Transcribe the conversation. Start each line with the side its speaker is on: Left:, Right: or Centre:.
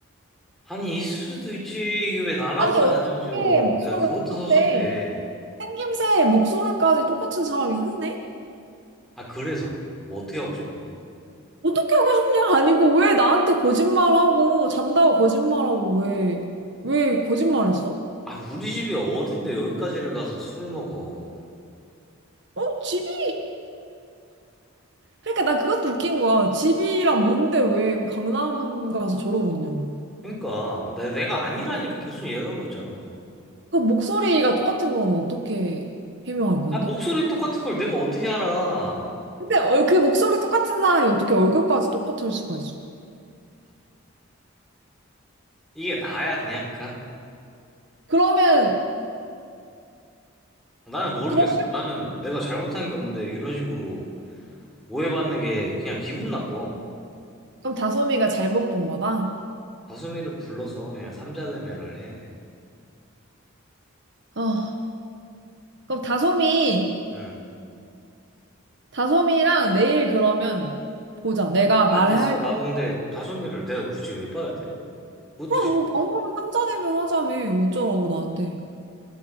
Centre: 아니 있을 수도 있지. 이게 왜 나라고만
Right: 아니, 어떻게
Centre: 단정 지어.
Right: 목소리가
Centre: 야 그것도
Right: 똑같대?
Centre: 섭섭해.
Right: 생김새, 목소리까지 똑같은 사람이 흔해?
Centre: 아 그래서 뭐 어떻게 하고 싶은데?
Right: 어떻게 하고 싶냐? 아니고, 왜 나한테 거짓말하고, 잔다고 거짓말하고, 왜, 왜 거짓말했어?
Centre: 아 우리 집이 어딘데 여기까지를 가서 술을 먹어.
Right: 어, 집이 그러니까 나 그것도 웃긴 거야. 집이랑 뭔데 왜 강남 가서 저러고 있냐고.
Centre: 그러니까 내- 내가 아니라니까 계속 얘기하고 있잖아.
Right: 그 목소리가 똑같은 건 어떻게 해명할 건데?
Centre: 아, 목소리 똑같은 걸 내가 어떻게 알아?
Right: 근데 얼- 그 목소리 똑같은 사람이 어떻게 얼굴까지 똑같을 수가 있어?
Centre: 이게 나야, 그냥, 그니까?
Right: 그러면
Centre: 나는 모르겠어.
Right: 그럼
Centre: 나는 내가 잘못한 게 없는데, 이런 식으로 오해받는 게 그냥 기분 나빠.
Right: 그럼 다솜이가 잘못 본 거다.
Centre: 다솜이를 불러서 그냥 삼자대면을 해.
Right: 어, 그럼 다솜이
Centre: 응.
Right: 다솜이랑 내일 그러면 보자. 내가
Centre: 아,
Right: 말을
Centre: 됐어.
Right: 할
Centre: 나도
Right: 때.
Centre: 근데 다솜이를 내가 굳이 왜 봐야 돼? 그것도
Right: 그럼
Centre: 싫어.
Right: 뭐 방금 삼자대면 하자며 어쩌라고 나한테.